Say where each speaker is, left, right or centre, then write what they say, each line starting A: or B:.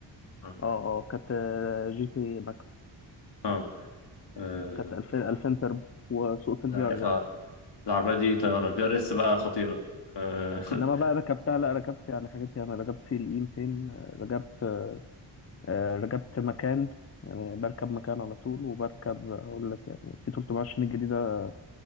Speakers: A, on the left; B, on the left.
A: اه
B: اه اه كانت آه، جي تي ماكس
A: اه آه،
B: كانت 2000
A: والله
B: 2000 تربو وسوقت الفي
A: انا عارفها
B: ار اس
A: العربية دي طيارة الفي ار اس بقى خطيرة اه <laughs>
B: انما بقى ركبتها لا ركبت يعني حاجات يعني ركبت سي ال اي 200 آه، ركبت آه، ركبت مكان يعني بركب مكان على طول وبركب هقول لك يعني في 320 الجديدة